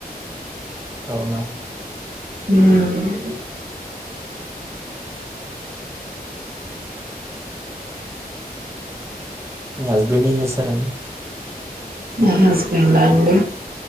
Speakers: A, on the right; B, on the right.
A: అవునా.
B: ఉమ్.
A: మీ హస్బెండ్ ఏం జెస్తారండి.
B: మా హస్బెండ్ డ అండి.